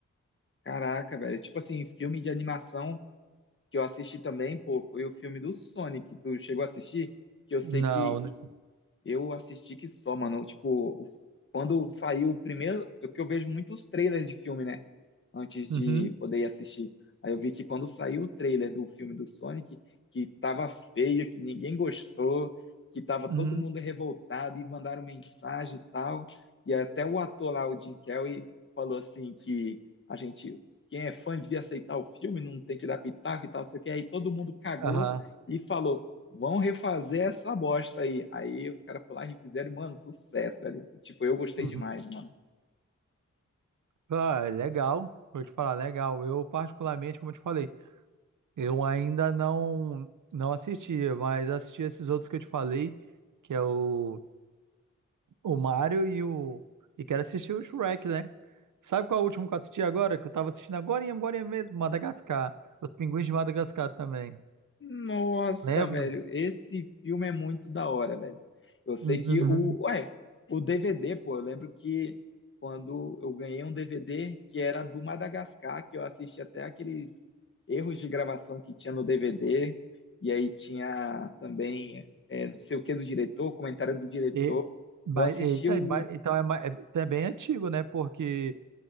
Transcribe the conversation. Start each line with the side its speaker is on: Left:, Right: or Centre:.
Left: Caraca, velho. Tipo assim, filme de animação que eu assisti também, pô, foi o filme do Sonic. Tu chegou a assistir? Que eu
Right: Não,
Left: sei que
Right: não-
Left: eu assisti que só, mano. Tipo, os- quando saiu o primeiro, é que eu vejo muitos trailers de filme, né? antes
Right: uhum,
Left: de poder ir assistir. Aí eu vi que quando saiu o trailer do filme do Sonic, que tava feio, que ninguém gostou, que tava
Right: uhum,
Left: todo mundo revoltado e mandaram mensagem e tal. E até o ator lá, o Jim Carrey, falou assim que a gente, quem é fã devia aceitar o filme, não tem que dar pitaco e tal, não sei o quê. Aí todo mundo cagou
Right: aham.
Left: e falou, vão refazer essa bosta aí. Aí os caras falaram, lá e fizeram, mano, sucesso, velho. Tipo, eu gostei
Right: uhum.
Left: demais, mano.
Right: Ah, é legal, vou te falar, legal. Eu, particularmente, como eu te falei, eu ainda não não assisti, mas assisti esses outros que eu te falei, que é o, o Mario e o. E quero assistir o Shrek, né? Sabe qual é o último que eu assisti agora? Que eu tava assistindo agora e agora mesmo, Madagascar. Os Pinguins de Madagascar também.
Left: Nossa,
Right: Lembra?
Left: velho, esse filme é muito da hora, velho. Eu sei
Right: Uhum.
Left: que o, ué, o DVD, pô, eu lembro que quando eu ganhei um DVD que era do Madagascar, que eu assisti até aqueles erros de gravação que tinha no DVD, e aí tinha também é, não sei o que do diretor, comentário do diretor.
Right: E, mas,
Left: Eu assisti
Right: eita,
Left: o
Right: mas- então é, ma- é- então é bem antigo, né? Porque,